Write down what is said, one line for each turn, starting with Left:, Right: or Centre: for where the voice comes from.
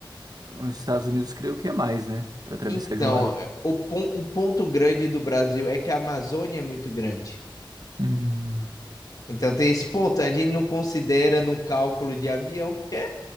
Right: os Estados Unidos, creio que é mais, né? Para atravessar
Left: Então,
Right: de um lado.
Left: é, o, pon- o ponto grande do Brasil é que a Amazônia é muito grande.
Right: Hum,
Left: Então tem esse ponto, a gente não considera no cálculo de avião, porque